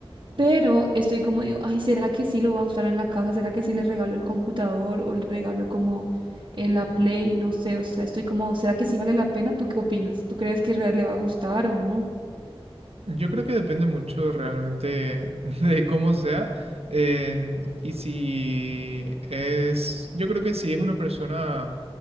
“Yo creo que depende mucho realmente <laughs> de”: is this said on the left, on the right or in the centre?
Right